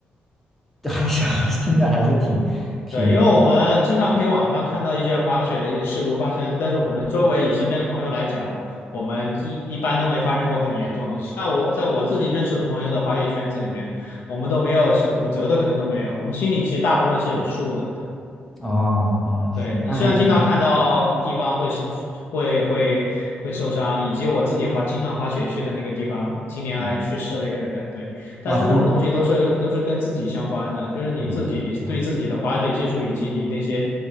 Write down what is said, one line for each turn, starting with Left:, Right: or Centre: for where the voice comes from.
Centre: <laughs> 还是还是听着还是挺挺
Left: 对，因为我们经常可以网上看到一些滑雪的一些事故发生，但是我们周围以身边的朋友来讲，我们一一般都没发生过很严重的。像我在我自己认识的朋友的滑雪圈子里面，我们都没有是骨折的，可能都没有。我们心里其实大部分是有数的。对。
Centre: 哦，嗯，是的，
Left: 对，你虽然经常看到地方会受会会会受伤，
Centre: 那还挺好，
Left: 以及我自己滑经常滑雪去的那个地方，今年还去世了一个人。
Centre: 嗯，
Left: 对，但是这种东西都是都是跟自己相关的，
Centre: 哇，真
Left: 就是你自己对自己的滑雪技术以及你那些
Centre: 嗯嗯